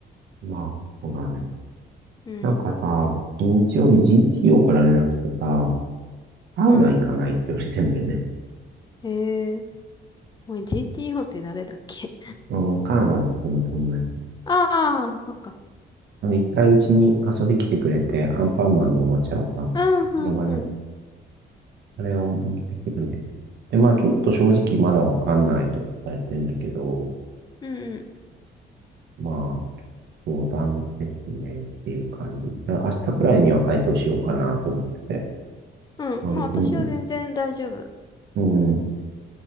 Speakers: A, on the right (about 60°); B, on the left (about 20°).
A: まあ、そうだね。
B: うん。
A: なんかさ、日曜日 GTO から連絡来てさ、サウナ行かないって言われてんだよね。
B: うん。ええー。おい、GTO って誰だっけ
A: うん、カナダの時の友達。
B: <laughs> ああ、そっか。
A: あの、一回うちに遊び来てくれて、アンパンマンのおもちゃをさ、
B: うん、
A: ロバニャ
B: うん、うん。
A: あれを持ってきてくれて。で、まあ、ちょっと正直まだわかんないと伝えてんだけど、
B: うん、う
A: まあ、相談ですねっていう感じ。だから明日くらいには回答しようかなと思ってて。
B: ん。うん。
A: まあ、
B: まあ私は全然大丈夫。
A: 別に、うん、で